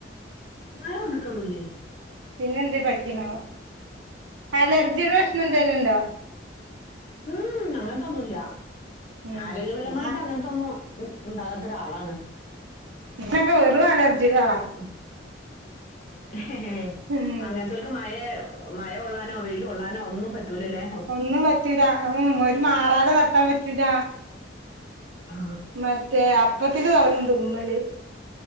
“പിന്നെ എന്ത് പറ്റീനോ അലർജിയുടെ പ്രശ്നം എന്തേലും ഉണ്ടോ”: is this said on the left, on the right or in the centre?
Right